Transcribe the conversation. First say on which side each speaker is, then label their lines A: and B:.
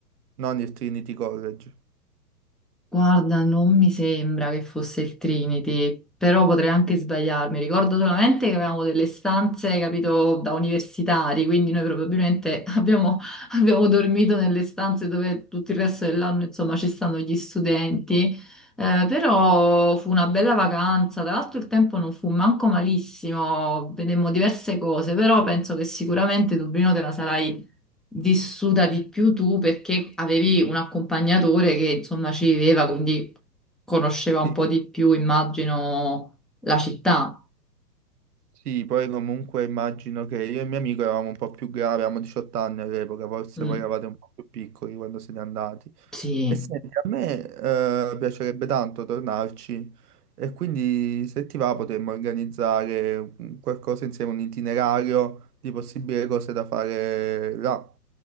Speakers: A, on the right; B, in the centre.
A: Non il Trinity College.
B: Guarda, non mi sembra che fosse il Trinity, però potrei anche sbagliarmi. Ricordo solamente che avevamo delle stanze, capito, da universitari, quindi noi probabilmente <laughs> abbiamo, abbiamo dormito nelle stanze dove tutto il resto dell'anno, insomma, ci stanno gli studenti. Eh, però fu una bella vacanza, tra l'altro il tempo non fu manco malissimo, vedemmo diverse cose, però penso che sicuramente Dublino te la sarai vissuta di più tu perché avevi un accompagnatore che insomma ci viveva, quindi conosceva un
A: Sì,
B: po' di più, immagino, la città.
A: sì, poi comunque immagino che io e mio amico eravamo un po' più gravi, avevamo 18 anni all'epoca, forse
B: Mm,
A: voi eravate un po' più piccoli quando siete andati.
B: sì.
A: E senti, a me eh, piacerebbe tanto tornarci e quindi se ti va potremmo organizzare un- qualcosa insieme, un itinerario di possibili cose da fare là.